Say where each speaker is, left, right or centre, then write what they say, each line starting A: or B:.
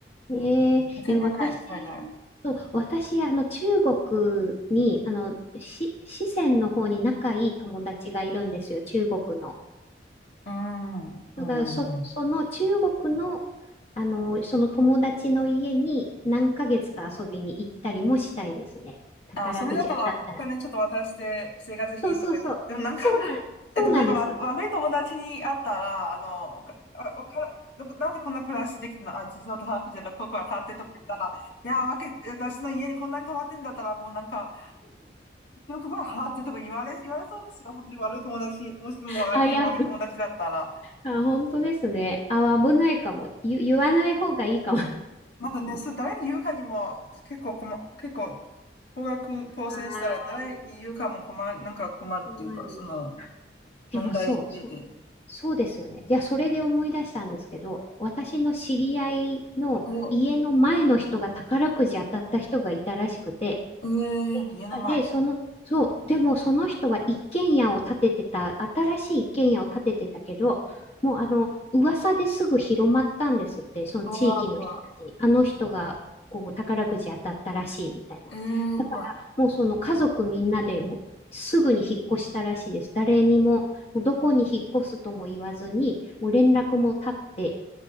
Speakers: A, on the left; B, on the left.
A: えええ、
B: けてない、
A: 私、
B: 海外。
A: そう、私、あの、中国に、あの、し、四川の方に仲いい友達がいるんですよ、中国の。
B: うん、うん。
A: だから、そ、その中国の、あの、その友達の家に何ヶ月か遊びに行ったりもしたいですね。宝くじ当たったら。
B: あ、それだったらお金ちょっと渡して生活費とかって、
A: そうそうそう。
B: でもなんか
A: そうなん、
B: <laughs>
A: そうなんです。
B: え、でもなんかわ悪い友達に会ったら、あの、おか、あおか、なんでこんな暮らしできたのあ、実は高くじゃなく、ここは立ってとか言ったら、いや、わけ、私の家にこんなに泊まってんだったら、もうなんか、よくご飯払ってとか言われ、言われそうですよ。本当に悪い友達、もしも相手が悪い友達だったら。
A: <laughs> あ、いや、あ、本当ですね。あ、危ないかも。言、言わない方がいいかも。
B: なんかね、そう、誰に言うかにも結構困、結構、高額当選したら誰に言うかも困る、
A: ああ、
B: なんか困るっていうか、
A: 怖い
B: その
A: でもそう、
B: 問題について。
A: そう、そうですよね。じゃあ、それで思い出したんですけど、私の知り合いの家の前の人が宝くじ当たった人がいたらしくて、
B: お、えー、家の前。
A: あで、その、そう、でもその人は一軒家を建ててた、新しい一軒家を建ててたけど、もうあの、噂ですぐ広まったんですって、その地域の人たちに。
B: うわー、怖
A: あの人が、こう、宝くじ当たったらしいみたいな。
B: い。えー、
A: だから、
B: 怖い。
A: もうその家族みんなでもう、すぐに引っ越したらしいです。誰にも、もうどこに引っ越すとも言わずに、もう連絡も絶って、